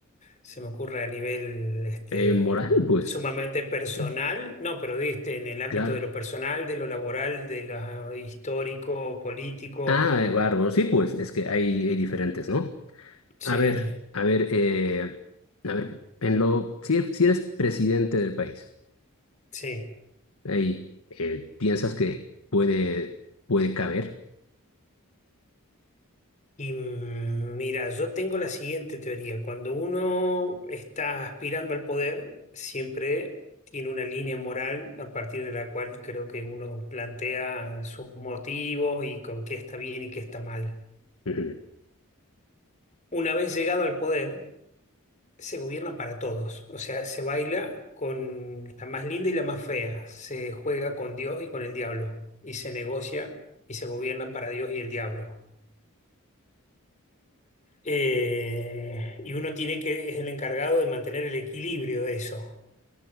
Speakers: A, on the left (about 35°); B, on the left (about 75°).
A: se me ocurre a nivel este,
B: Eh, moral, pues.
A: sumamente personal,
B: Sí,
A: no, pero este, en el ámbito
B: claro.
A: de lo personal, de lo laboral, de lo histórico, político.
B: Ah, eh, bárbaro. Sí, pues, es que hay, hay diferentes, ¿no?
A: Sí,
B: A ver, a ver, eh, a ver, en lo, si si eres presidente del país.
A: sí.
B: y eh, piensas que puede, puede caber.
A: Y mm, mira, yo tengo la siguiente teoría. Cuando uno está aspirando al poder, siempre tiene una línea moral a partir de la cual creo que uno plantea sus motivos y con qué está bien y qué está mal.
B: Ujú,
A: Una vez llegado al poder, se gobierna para todos. O sea, se baila con la más linda y la más fea. Se juega con Dios y con el diablo. Y se negocia y se gobierna para Dios y el diablo. Eh, y uno tiene que, es el encargado de mantener el equilibrio de eso.